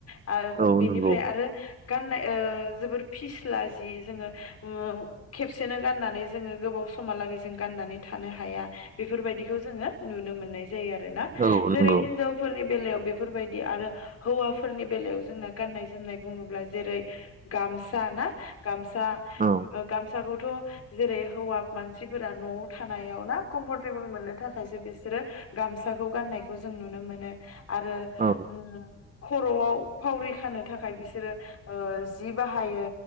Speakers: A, on the left (about 55°); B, on the right (about 25°).
A: आ
B: औ
A: बेनिफ्राय
B: नंगौ
A: आरो गाननाय ओ जोबोर फिस्ला जि जोङो ओ खेबसेनो गाननानै जोङो गोबाव समहालागै जों गाननानै थानो हाया बेफोरबायदि खौ जोङो नुनो मोननाय ज जायो आरोना
B: औ
A: जेरै
B: नंगौ
A: हिनजावफोरनि बेलायाव बेफोरबायदि आरो हौवाफोरनि बेलायाव जोंना गाननाय जोमनाय बुङोब्ला जेरै गामसा ना गामस सा
B: औ
A: ओ गामसाखौ थ जेरै हौवा मानसिफोरा न'आव थानायाव ना कम्फर्टेबोल मोननो थाखायसो बिसोरो गामसाखौ गाननायखौ जों नुनो मोनो आरो
B: औ
A: ओम खर'आव फावरि खानो थाखाय बिसोरो ओ जि बाहायो